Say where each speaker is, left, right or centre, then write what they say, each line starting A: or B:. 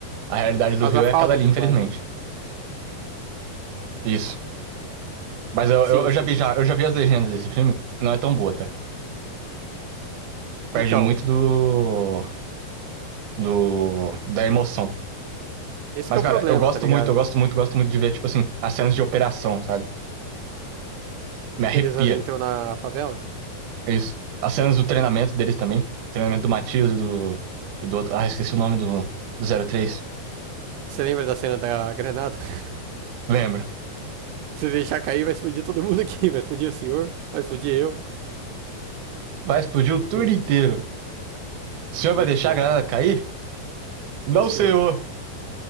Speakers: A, on the right; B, on the right.
A: a realidade
B: Por
A: do
B: causa
A: Rio
B: da falta
A: é aquela ali,
B: de
A: infelizmente.
B: dublagem, né?
A: Isso. Mas eu,
B: Sim,
A: eu, eu
B: sim.
A: já vi já, eu já vi as legendas desse filme. Não é tão boa, tá? Perde
B: Então,
A: muito do, do, da emoção.
B: esse
A: Mas,
B: que é
A: cara,
B: o problema,
A: eu gosto
B: tá ligado?
A: muito, eu gosto muito, gosto muito de ver, tipo assim, as cenas de operação, sabe? Me arrepia.
B: Que eles entram na favela.
A: É isso. As cenas do treinamento deles também. Treinamento do Matias e do, e do outro. Ah, esqueci o nome do, do três
B: Você lembra da cena da granada? <laughs>
A: Lembra?
B: Se deixar cair, vai explodir todo mundo aqui. Vai explodir o senhor, vai explodir eu.
A: Vai explodir
B: Muito
A: o turno
B: bom.
A: inteiro. O senhor
B: Muito
A: vai deixar
B: bom,
A: a granada
B: mano.
A: cair? Não,
B: É um senhor.
A: senhor.